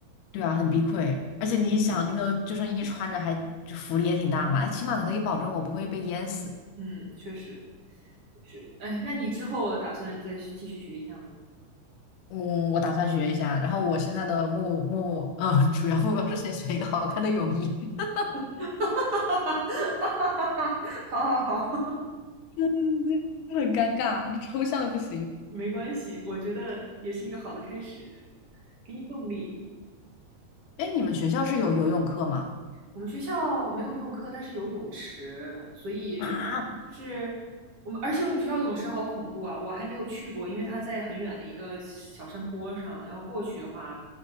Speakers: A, on the left; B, on the right.
A: 对啊，很避愧，
B: 嗯
A: 而且你想那个救生衣穿着还就浮力也挺大嘛，它起码可能也保证我不会被淹死。
B: 嗯，确实。是，哎，那你之后打算再继续学一下吗？
A: 嗯，我打算学一下，然后我现在的目目嗯主要目标是先学一个好看的泳衣。<laughs>
B: <laughs> 好好好，
A: 嗯。很尴尬，你抽象的不行。
B: <laughs> 没关系，我觉得也是一个好的开始，给你动力。
A: 哎，你们学校是有游泳课吗？
B: 我们学校没有游泳课，但是有泳池，所以就是
A: 啊，
B: 我们，而且我们学校泳池好恐怖啊！我还没有去过，因为它在很远的一个小山坡上，要过去的话